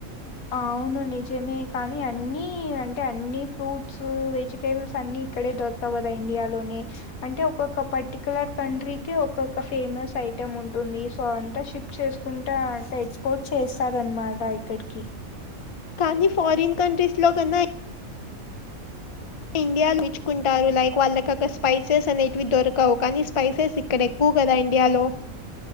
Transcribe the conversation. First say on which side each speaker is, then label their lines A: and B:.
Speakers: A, on the left (about 80°); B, on the left (about 45°).
A: అవును నిజమే కానీ అన్ని అంటే అన్ని ఫ్రూట్స్ వెజిటేబుల్స్ అన్ని ఇక్కడే దొరకవు కదా ఇండియాలోనే అంటే ఒక్కొక్క పర్టిక్యులర్ కంట్రీకి ఒక్కొక్క ఫేమస్ ఐటెం ఉంటుంది సో అంతా షిప్పు చేసుకుంటా అంటే ఎక్స్పోర్ట్ చేస్తార అనమాట ఇక్కడికి
B: కానీ ఫారిన్ కంట్రీస్ లో కన్నా ఇండియాలో విచ్చుకుంటారు లైక్ వాళ్ళక ఒక స్పైసెస్ అనేటివి దొరకవు కానీ స్పైసెస్ ఇక్కడ, ఎక్కువ కదా ఇండియాలో